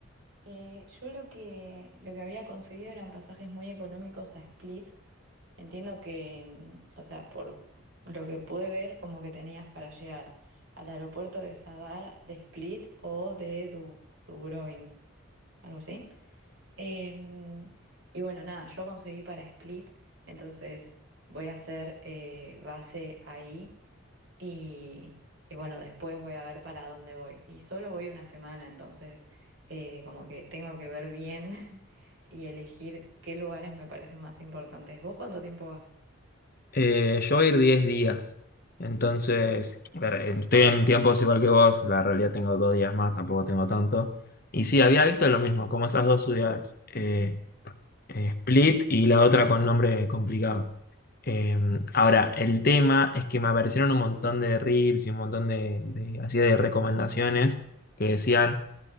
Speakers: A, on the right; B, on the left.
A: Eh, yo lo que, lo que había conseguido eran pasajes muy económicos a Split, Entiendo que, mm, o sea, por lo que pude ver, como que tenías para llegar al aeropuerto de Sadar, de Split o de Du- Dubrovnik, algo así. Em, y bueno, nada, yo conseguí para Split, entonces voy a hacer eh, base ahí y, y bueno, después voy a ver para dónde voy. Y solo voy una semana, entonces eh, como que tengo que ver bien <laughs> y elegir qué lugares me parecen más importantes. ¿Vos cuánto tiempo vas?
B: Eh, yo voy a ir 10 días, entonces a ver, em, estoy en tiempos igual que vos, la realidad tengo dos días más, tampoco tengo tanto. Y sí, había visto lo mismo, como esas dos ciudades. Eh, eh, Split y la otra con nombre complicado. Eh, ahora, el tema es que me aparecieron un montón de reels y un montón de, de- así de recomendaciones que decían